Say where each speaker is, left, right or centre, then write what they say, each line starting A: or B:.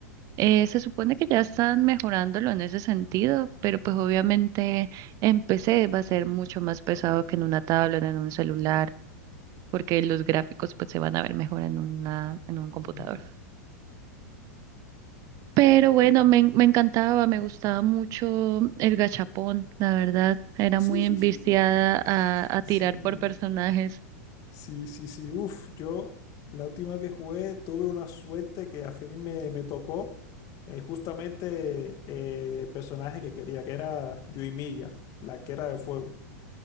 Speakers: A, on the right (about 40°); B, on the left (about 40°).
A: Eh, se supone que ya están mejorándolo en ese sentido, pero pues obviamente en PC va a ser mucho más pesado que en una tablet, en un celular, porque los gráficos pues se van a ver mejor en una, en un computador.
B: Ujú.
A: Pero bueno,
B: Y-
A: me, en- me encantaba, me gustaba mucho el gachapón, la verdad, era
B: <laughs>
A: muy enviciada a, a tirar
B: Sí,
A: por personajes.
B: sí, sí, sí. Uf, yo la última que jugué tuve una suerte que a fin me, me tocó eh, justamente eh, el personaje que quería, que era Yuimiya, la que era de fuego.